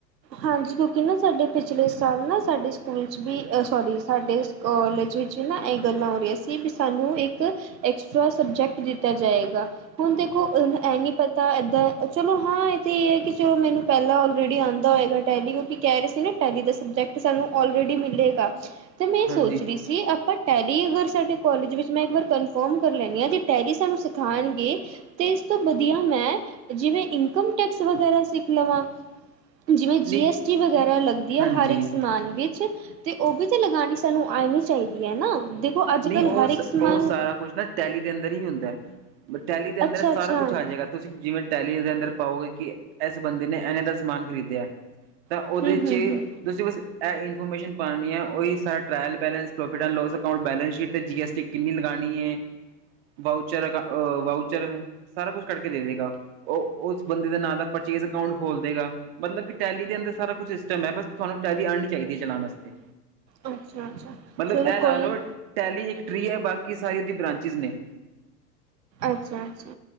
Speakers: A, on the right; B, on the right.
A: ਹਾਂਜੀ ਕਿਉਂਕਿ ਨਾ ਸਾਡੇ ਪਿਛਲੇ ਸਾਲ ਨਾ ਸਾਡੇ ਸਕੂਲ ' ਵੀ ਅ ਸੋਰੀ ਸਾਡੇ ਕੋਲਜ ਵਿੱਚ ਵੀ ਨਾ ਇਹ ਗੱਲਾਂ ਹੋ ਰਹੀਆਂ ਸੀ ਵੀ ਸਾਨੂੰ ਇੱਕ ਐਕਸਟਰਾ ਸਬਜੈਕਟ ਦਿੱਤਾ ਜਾਏਗਾ ਹੁਣ ਦੇਖੋ ਇਹ ਨਹੀਂ ਪਤਾ ਏਦਾਂ। ਚਲੋ ਹਾਂ ਇਹ ਤੇ ਇਹ ਹੈ ਕਿ ਚਲੋ ਮੈਨੂੰ ਪਹਿਲਾਂ ਆਲਰੇਡੀ ਆਉਂਦਾ ਹੋਏਗਾ ਟੈਲੀ ਕਿਉਂਕਿ ਕਹਿ ਰਹੇ ਸੀ ਨਾ ਟੈਲੀ ਦਾ ਸਬਜੈਕਟ ਸਾਨੂੰ ਅਲਰੈਡੀ ਮਿਲੇਗਾ ਤੇ ਮੈਂ ਸੋਚ
B: ਹਾਂਜੀ
A: ਰਹੀ ਸੀ ਆਪਾਂ ਟੈਲੀ ਅਗਰ ਸਾਡੇ ਕਾਲਜ ਵਿੱਚ ਮੈਂ ਇੱਕ ਵਾਰ ਕਨਫਰਮ ਕਰ ਲੈਣੀ ਹਾਂ ਜੇ ਟੈਰੀ ਸਾਨੂੰ ਸਿਖਾਉਣਗੇ ਤੇ ਇਸ ਤੋਂ ਵਧੀਆ ਮੈਂ ਜਿਵੇਂ ਇਨਕਮ ਟੈਕਸ ਵਗੈਰਾ ਸਿੱਖ ਲਵਾਂ ਜਿਵੇਂ
B: ਨਹੀਂ
A: ਜੀ ਐਸ ਟੀ ਵਗੈਰਾ ਲੱਗਦੀ ਆ
B: ਹਾਂਜੀ
A: ਹਰ ਇੱਕ ਸਮਾਨ ਵਿੱਚ। ਤੇ ਉਹ ਵੀ ਤਾਂ ਲਗਾਨੀ ਸਾਨੂੰ ਆਉਣੀ ਚਾਹੀਦੀ ਹੈ ਨਾ। ਦੇਖੋ ਅੱਜ
B: ਨਹੀਂ
A: ਕੱਲ
B: ਉਹ
A: ਹਰ ਇੱਕ ਸਮਾਨ
B: ਉਹ ਸਾਰਾ ਕੁਛ ਨਾ ਟੈਲੀ ਦੇ ਅੰਦਰ ਹੀ ਹੁੰਦਾ। ਟੈਲੀ ਦੇ ਅੰਦਰ
A: ਅੱਛਾ ਅੱਛਾ
B: ਸਾਰਾ ਕੁਛ ਆ ਜਾਏਗਾ ਤੁਸੀਂ ਜਿਵੇਂ ਟੈਲੀ ਦੇ ਅੰਦਰ ਪਾਓਗੇ ਕਿ। ਇਸ ਬੰਦੇ ਨੇ ਇਨੇ ਦਾ ਸਮਾਨ ਖਰੀਦਿਆ ਤਾਂ ਉਹਦੇ
A: ਹੂੰ
B: 'ਚ
A: ਹੂੰ ਹੂੰ
B: ਤੁਸੀਂ ਬਸ ਇਹ ਇਨਫੋਰਮੇਸ਼ਨ। ਪਾਣੀ ਹੈ ਉਹ ਸਾਰਾ trial balance profit and loss account ਬੈੈਂਸ। <unintelligible> G S T ਕਿੰਨੀ ਲਗਾਣੀ ਹੈ ਵਾਊਚਾਰ ਅਹ ਵਚਾਰ ਸਾਰਾ ਕੁਛ ਕੱਕੇ ਦੇ ਦੇਗਾ ਉਹ ਉਸ ਬੰਦੇ ਦਾ ਨਾਂ ਦਾ ਪੱ ਖੋਲਦੇਗਾ ਮਤਲਬ ਟੈਲੀ ਦੇ ਅੰਦਰ ਸਾਰਾ ਕੁਛ ਸਿਸਟਮ ਹੈ। ਬਸ ਤੁਹਾਨੂੰ ਟੈਲੀ ਆਣਨੀ ਚਾਹੀਦੀ ਹੈ ਚਲਾਉਣ ਵਾਸਤੇ
A: ਅੱਛਾ ਅੱਛਾ
B: ਮਤਲਬ
A: ਚਲੋ
B: ਇਹ ਲਾ
A: ਕੋਈ।
B: ਲਓ ਟੈਲੀ ਇੱਕ ਟ੍ਰੀ ਹੈ ਬਾਕੀ ਸਾਰੀ ਉਹਦੀ ਬ੍ਰਾਂਚਿਸ ਨੇ
A: ਅੱਛਾ ਅੱਛਾ